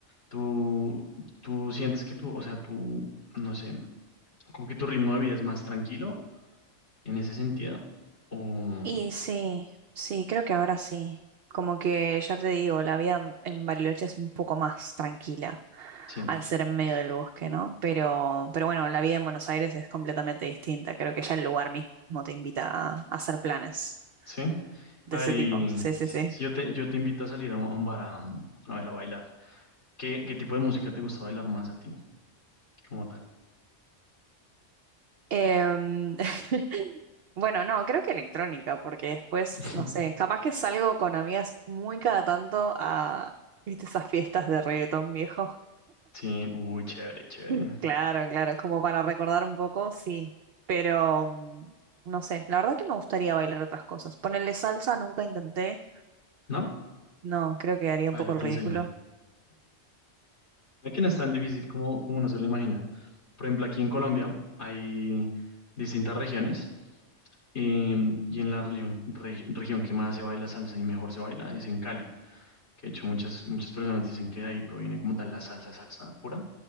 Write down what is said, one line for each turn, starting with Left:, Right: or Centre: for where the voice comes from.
Left: ¿Tú, tú sientes que tú, o sea, tú, no sé, como que tu ritmo de vida es más tranquilo en ese sentido? O
Right: Y sí, sí, creo que ahora sí. Como que ya te digo, la vida en en Bariloche es un poco más tranquila.
Left: sí,
Right: al ser en medio del bosque, ¿no? Pero, pero bueno, la vida en Buenos Aires es completamente distinta. Creo que ya el lugar mismo te invita a, a hacer planes
Left: sí.
Right: de
Left: A
Right: ese
Left: ver, y
Right: tipo. Sí, sí,
Left: si
Right: sí.
Left: si yo te, yo te invito a salir a un, a un bar a, mm, a ver, a bailar. ¿Qué, qué tipo de música te gusta bailar más a ti, como tal?
Right: Em, <laughs> bueno, no, creo que electrónica, porque después,
Left: <laughs>
Right: no sé, capaz que salgo con amigas muy cada tanto a, ¿viste esas fiestas de reggaetón viejo?
Left: Sí, uy, chévere, chévere.
Right: Mm. Claro, claro, como para recordar un poco, sí, pero mm, no sé, la verdad que me gustaría bailar otras cosas. Ponerle salsa nunca intenté,
Left: ¿No?
Right: no, creo que haría un
Left: Ah,
Right: poco
Left: yo
Right: el
Left: te
Right: ridículo.
Left: enseño. Aquí no es tan difícil como, como uno se lo imagina. Por ejemplo, aquí en Colombia hay distintas regiones em, y en la religión- re- región que más se baila salsa y mejor se baila es en Cali, que de hecho muchas, muchas personas dicen que de ahí proviene como tal la salsa, salsa pura,